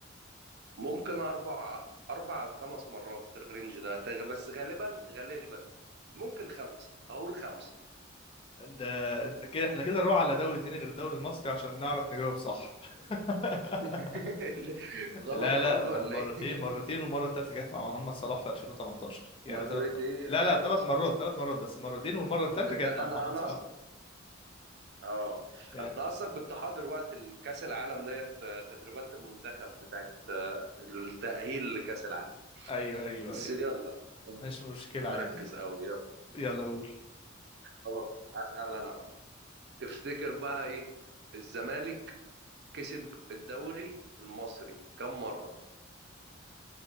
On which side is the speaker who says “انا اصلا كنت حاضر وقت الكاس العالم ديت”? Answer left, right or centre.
Right